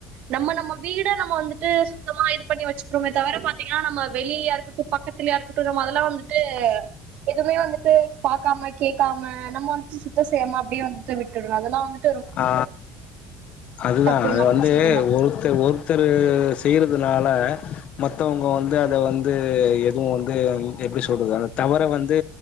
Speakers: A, on the right; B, on the left.
A: நம்ம நம்ம வீட நம்ம வந்துட்டு சுத்தமா இது பண்ணி வச்சுக்றோமே தவிர பாத்தீங்கா நம்ம வெளிய்லயாருக்கட்டு ப பக்கத்துல்லியாருக்குட்டோ நம்ம அதுலா வந்துட்டு எதுவுமே வந்துட்டு பாக்காம கேக்காம நம்ம வந் சுத்த செய்யாம அப்டியே வந்து விட்டுர்ரோ அதுலா வந்துட்
B: ஆ அதுதா
A: தப்புன்னு
B: அது
A: அப்டின்னு
B: வந்து
A: சொல்லலா
B: ஒருத்த ஒர் தரு செய்றதுனால மத்தவுங்க வந்து அத வந்து எதுவு வந்து எப்டி சொல்றது அந்த தவற வந்து